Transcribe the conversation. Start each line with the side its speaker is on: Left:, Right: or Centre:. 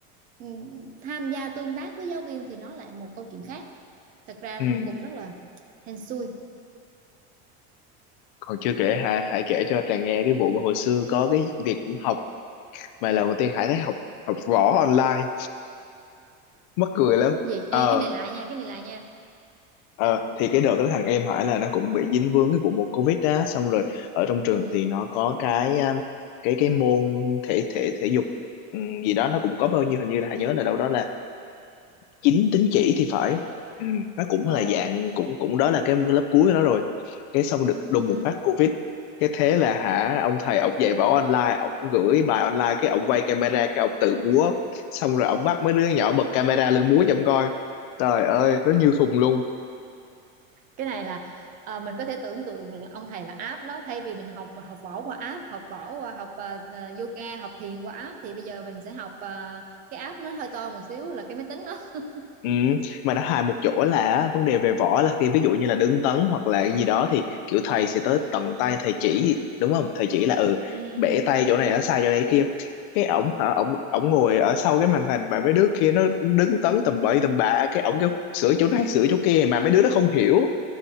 Right: ừ, tham gia tương tác với giáo viên thì nó lại một câu chuyện khác thật ra
Left: ừ
Right: là nó cũng rất là hên xui
Left: còn chưa kể Hải Hải kể cho Trà nghe cái vụ mà hồi xưa có cái việc học mà lần đầu tiên Hải thấy học học võ online mắc cười lắm
Right: vậy
Left: ờ
Right: ê cái này lại nha cái này lại nha
Left: ờ thì cái đợt đó thằng em hải là nó cũng bị dính vướng cái vụ một covid á xong rồi ở trong trường
Right: ừ
Left: thì nó có cái um, cái cái môn thể thể thể dục ừm, gì đó nó cũng có bao nhiêu hình như là Hải nhớ là đâu đó là chín tín chỉ thì phải ừ nó cũng
Right: ồ
Left: là dạng cũng cũng đó là cái lớp cuối của nó rồi cái xong được đùng
Right: ừ
Left: một phát covid cái thế là hả ông thầy ông dạy võ online ông gửi bài online cái ông quay camera cái ông tự múa xong rồi ông bắt mấy đứa nhỏ bật camera lên múa cho ông coi trời ơi nó như khùng luôn
Right: cái này là ờ, mình có thể tưởng tượng được là ông thầy là app đó thay vì mình học học võ qua app học võ qua học ờ, ờ, yoga học thiền qua app thì bây giờ mình sẽ học ờ, cái app nó hơi to một xíu là cái máy tính đó
Left: Ừ, mà nó hài một chỗ là vấn đề về võ là khi ví dụ như là đứng tấn hoặc là gì đó thì kiểu thầy sẽ tới tận tay thầy chỉ đúng không thầy chỉ là ừ
Right: Ừm,
Left: bẻ tay chỗ này ở sai chỗ này kia cái ổng hả ổng ổng ngồi ở sau cái màn hình mà mấy đứa kia nó đứng tấn tầm bậy tầm bạ cái ổng kêu sửa chỗ này sửa chỗ kia mà mấy đứa nó không hiểu